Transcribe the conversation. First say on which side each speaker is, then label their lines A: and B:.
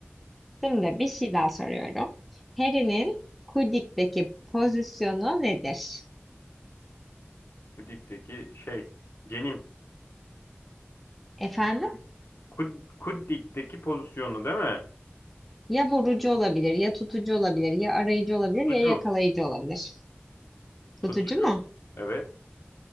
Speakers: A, in the centre; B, on the left.
A: Şimdi bir şey daha soruyorum. Harry'nin Quidditch'teki pozisyonu nedir?
B: Bu dikteki şey Cenin.
A: Efendim?
B: Kud, Kuddik'teki pozisyonu değil mi?
A: Ya vurucu olabilir, ya tutucu olabilir, ya arayıcı olabilir,
B: Tutucu.
A: ya yakalayıcı olabilir. Tutucu
B: Tutucu.
A: mu?
B: Evet.